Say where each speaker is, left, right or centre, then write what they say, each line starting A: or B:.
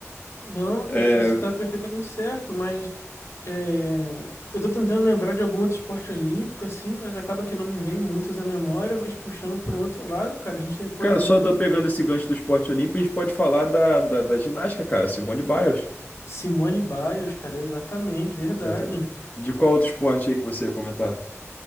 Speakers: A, on the left (about 55°); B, on the left (about 30°).
A: Não,
B: É,
A: tá- você está perfeitamente certo, mas É, eu tô tentando lembrar de algum outro esporte olímpico, assim, mas acaba que não me vem muitos à memória, mas puxando por um outro lado, cara, a gente tem, por
B: cara,
A: exemplo,
B: só da- pegando esse gancho do esporte olímpico, a gente pode falar da, da, da ginástica, cara. Simone Biles.
A: Simone Biles, cara, exatamente, verdade.
B: Exatamente. De qual outro esporte aí que você ia comentar?